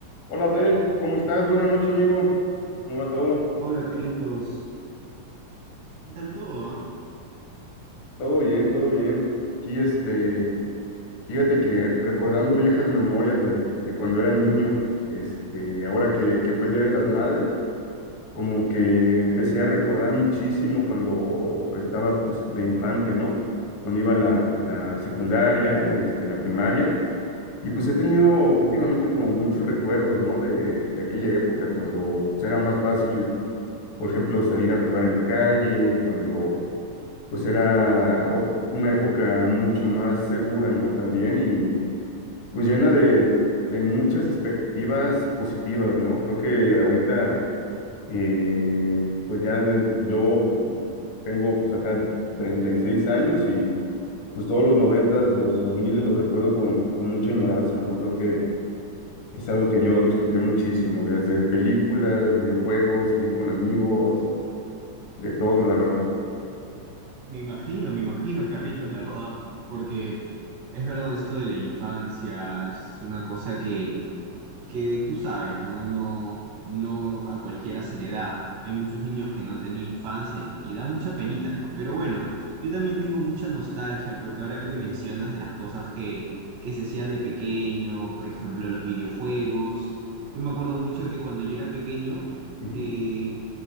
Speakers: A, on the left; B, on the right.
A: Hola Abdel, ¿cómo estás? Buenas noches, amigo. ¿Cómo va todo?
B: Hola Carlitos, ¿qué tal todo, ah?
A: Todo bien, todo bien. Aquí, este, fíjate que recordando viejas memorias de, de cuando era niño, este, ahora que, que fue el Día de las Madres, como que empecé a recordar muchísimo cuando estaba, pues, de infante, ¿no? Cuando iba a la, en la secundaria, este, en la primaria. Y pues he tenido últimamente como muchos recuerdos, ¿no? De, de aquella época, cuando pues, era más fácil por ejemplo, salir a jugar en la calle, cuando pues era ot- una época mucho más segura, ¿no? También y pues llena de, de muchas expectativas positivas, ¿no? Creo que ahorita, eh, pues ya de- yo tengo, pues acá 36 años y pues todos los noventas los dos miles los recuerdo con, con mucha añoranza, ¿no? Creo que es algo que yo disfruté muchísimo, desde películas, videojuegos, salir con amigos, de todo, la verdad.
B: Me imagino, me imagino Carlitos, la verdad, porque es verdad esto de la infancia, es una cosa que que tú sabes, ¿no? No, no a cualquiera se le da. Hay muchos niños que no han tenido infancia y, y da mucha penita, ¿no? Pero bueno, yo también tengo mucha nostalgia porque ahora que mencionas de las cosas que, que se hacía de pequeño, por ejemplo, los videojuegos, yo me acuerdo mucho que cuando yo era pequeño,
A: Ujú,
B: eh,